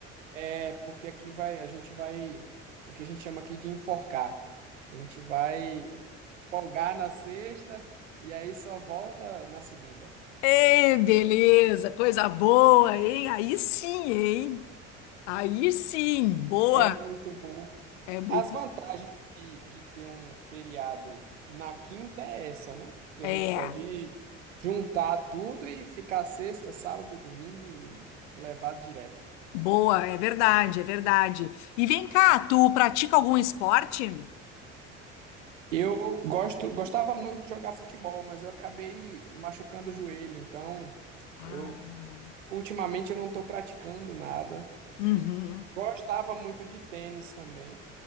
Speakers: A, on the right; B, on the left.
A: É, porque aqui vai, a gente vai, o que a gente chama aqui de enforcar. A gente vai folgar na sexta e aí só volta na segunda.
B: Ê, beleza, coisa boa, hein? Aí sim, hein? Aí sim, boa.
A: É muito bom.
B: É muito.
A: As vantagens de, de ter um feriado na quinta é essa, né? Que
B: É,
A: a gente pode juntar tudo e ficar sexta, sábado e domingo e levar direto.
B: boa, é verdade, é verdade. E vem cá, tu pratica algum esporte?
A: Eu gosto, gostava muito de jogar futebol, mas eu acabei machucando o joelho, então
B: Ah,
A: eu Ultimamente eu não estou praticando nada.
B: uhum.
A: Gostava muito de tênis também,